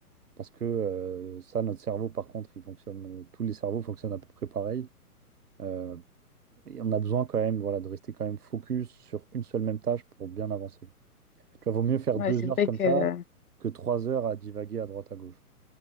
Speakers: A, on the right; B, on the left.
A: parce que euh, ça, notre cerveau, par contre, il fonctionne, tous les cerveaux fonctionnent à peu près pareil. Euh, Et on a besoin quand même, voilà, de rester quand même focus sur une seule même tâche pour bien avancer. Tu vois, vaut mieux faire
B: Ouais,
A: deux
B: c'est vrai
A: heures comme
B: que.
A: ça que trois heures à divaguer à droite à gauche.